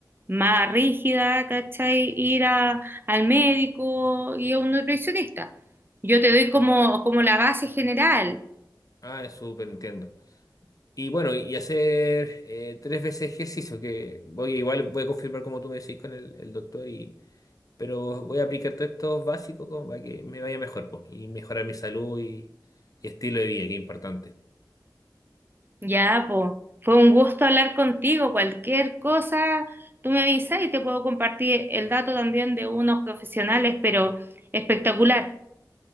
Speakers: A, on the right; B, on the left.
A: más rígida, ¿cachai? Ir a- al médico y a un nutricionista. Yo te doy como, como la base general.
B: Ah, es súper, entiendo. Y bueno, y hacer eh, tres veces ejercicio, que voy igual voy a confirmar como tú me decís con el, el doctor pero voy a aplicar todos estos básicos como para que me vaya mejor, pues, y mejorar mi salud y, y estilo de vida, que es importante.
A: Ya, po. Fue un gusto hablar contigo. Cualquier cosa, tú me avisas y te puedo compartir el dato también de unos profesionales, pero espectacular.